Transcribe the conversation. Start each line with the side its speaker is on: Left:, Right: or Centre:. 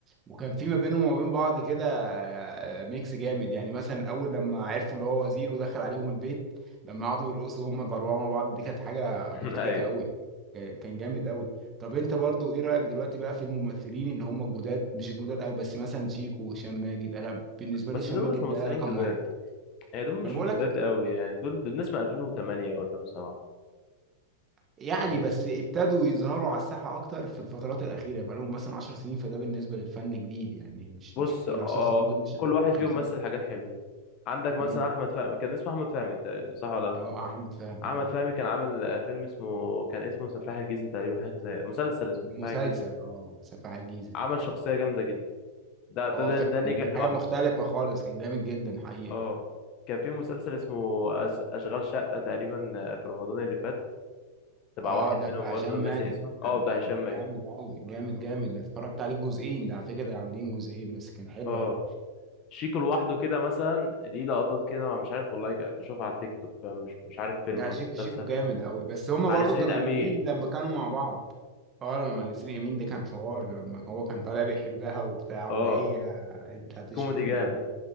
Right: وكان في ما بينهم وما بين بعض كده آه، ميكس جامد يعني مثلا اول لما عرفوا اللي هو وزير ودخل عليهم البيت لما قعدوا يرقصوا هم الاربعه مع بعض دي كانت حاجه
Left: <laughs>
Right: مضحكه
Left: ايوه
Right: قوي كان جامد قوي طب انت برضو ايه رايك دلوقتي بقى في الممثلين ان هم الجداد مش الجداد قوي بس مثلا شيكو وهشام ماجد انا بالنسبه
Left: بس
Right: لي هشام
Left: دول
Right: ماجد
Left: مش ممثلين
Right: ده رقم
Left: جداد
Right: واحد
Left: يعني دول مش
Right: انا بقول
Left: جداد
Right: لك
Left: قوي يعني دول دول ناس من 2008 و2007
Right: يعني
Left: فاهم؟
Right: بس ابتدوا يظهروا على الساحه اكتر في الفترات الاخيره بقى لهم مثلا 10 سنين فده بالنسبه للفن جديد يعني مش
Left: بص
Right: مش كتير
Left: اه
Right: 10 سنين دول مش
Left: كل واحد فيهم
Right: 50
Left: مثل حاجات حلوه عندك مثلا
Right: امم
Left: احمد فهمي كان اسمه احمد فهمي تقريباً، صح ولا لا؟
Right: اه احمد فهمي
Left: احمد
Right: اه
Left: فهمي كان عامل آه، فيلم اسمه كان اسمه سفاح الجيزه تقريبا حاجه زي مسلسل اسمه
Right: ده
Left: سفاح
Right: مسلسل
Left: الجيزه
Right: اه سفاح الجيزه
Left: عمل شخصيه جامده ده ده ده,
Right: اه فعلا
Left: ده نجح
Right: دي كانت
Left: لوحده
Right: حاجه مختلفه خالص كان جامد جدا حقيقه
Left: اه كان في مسلسل اسمه أس- أشغال شقة تقريبا آه، في رمضان اللي فات تبع
Right: اه
Left: واحد
Right: ده بتاع
Left: منهم برضو
Right: هشام ماجد
Left: ناسي اسمه
Right: ده
Left: اه بتاع هشام
Right: ده جامد
Left: ماجد
Right: قوي جامد جامد ده اتفرجت عليه جزئين ده على فكره ده عاملين جزئين بس كان حلو
Left: اه
Right: قوي
Left: شيكو لوحده كده مثلا ليه لقطات كده ما مش عارف والله ك- بشوفها على التيك توك فمش مش عارف فيلم
Right: لا
Left: ولا
Right: شيكو
Left: مسلسل
Right: شيكو جامد قوي بس هما
Left: مع
Right: برضو
Left: نسرين
Right: كانوا
Left: أمين
Right: جامدين لما كانوا مع بعض اه لما مع نسرين امين ده كان حوار لما هو كان طالع بيحبها وبتاع
Left: اه
Right: وهي انت هتشقطني
Left: كوميدي جامد
Right: وب-